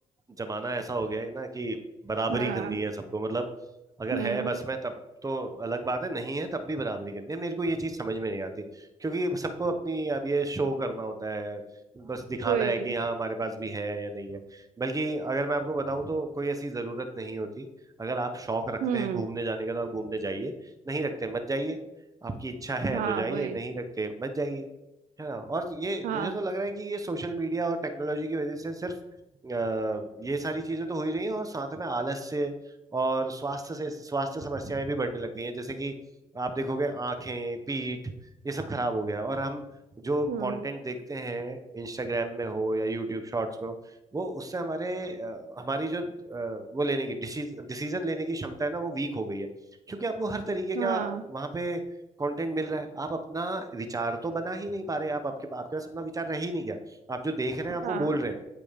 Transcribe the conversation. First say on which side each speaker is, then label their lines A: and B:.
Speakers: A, on the right; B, on the right.
A: जमाना ऐसा हो गया है ना कि बराबरी
B: हाँ
A: करनी है सबको मतलब अगर
B: हम्म
A: है बस में तब तो अलग बात है नहीं है तब भी बराबरी करनी है मेरे को ये चीज समझ में नहीं आती क्योंकि सबको अपनी अब ये शो करना होता है बस दिखाना
B: वही
A: है कि हाँ हमारे पास भी है या नहीं है बल्कि अगर मैं आपको बताऊं तो कोई ऐसी जरूरत नहीं होती अगर आप शौक रखते
B: हम्म
A: हैं घूमने जाने का तो आप घूमने जाइए नहीं रखते मत जाइए आपकी इच्छा है
B: हाँ
A: तो जाइए
B: वही
A: नहीं रखते मत जाइए है ना और ये
B: हाँ
A: मुझे तो लग रहा है कि ये सोशल मीडिया और टेक्नोलॉजी की वजह से सिर्फ अ, ये सारी चीजें तो हो ही रही हैं और साथ में आलस से और स्वास्थ्य से स्वास्थ्य समस्याएं भी बढ़ने लग गई हैं जैसे कि आप देखोगे आंखें पीठ ये सब खराब हो गया है और हम जो
B: हम्म
A: कंटेंट देखते हैं इंस्टाग्राम में हो या यूट्यूब शॉर्ट्स में हो वो उससे हमारे अ, हमारी जो अ, वो लेने की डिसीजन लेने की क्षमता है ना वो वीक हो गई है क्योंकि आपको हर तरीके
B: हाँ
A: का वहां पे कंटेंट मिल रहा है आप अपना विचार तो बना ही नहीं पा रहे आप आपके आपके पास अपना विचार रह ही नहीं गया आप जो देख रहे हैं आप
B: हाँ
A: वो बोल रहे हैं